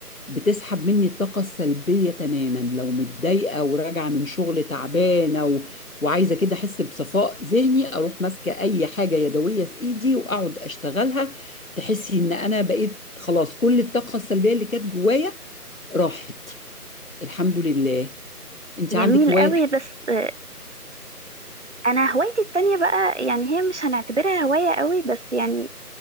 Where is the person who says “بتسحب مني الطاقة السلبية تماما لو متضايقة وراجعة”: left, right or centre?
Left